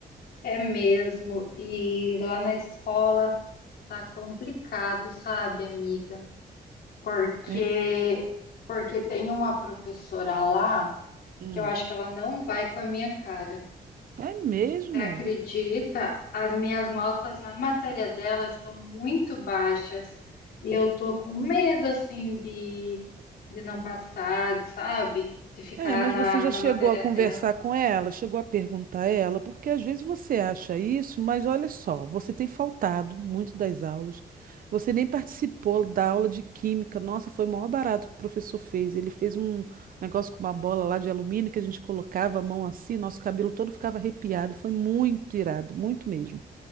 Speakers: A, on the left (about 85°); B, on the right (about 65°).
A: É mesmo. E lá na escola tá complicado, sabe, amiga? Porque
B: É,
A: porque tem uma professora lá
B: Hum.
A: que eu acho que ela não vai com a minha cara.
B: É mesmo?
A: Você acredita? As minhas notas na matéria dela estão muito baixas e eu tô com medo assim de, de não passar, sabe? De ficar
B: É, mas
A: na,
B: você já
A: na
B: chegou
A: matéria
B: a conversar
A: dela.
B: com ela, chegou a perguntar a ela, porque às vezes você acha isso, mas olha só, você tem faltado muito das aulas, você nem participou da aula de química. Nossa, foi o maior barato que o professor fez. Ele fez um negócio com uma bola lá de alumínio que a gente colocava a mão assim, nosso cabelo todo ficava arrepiado. Foi muito irado, muito mesmo.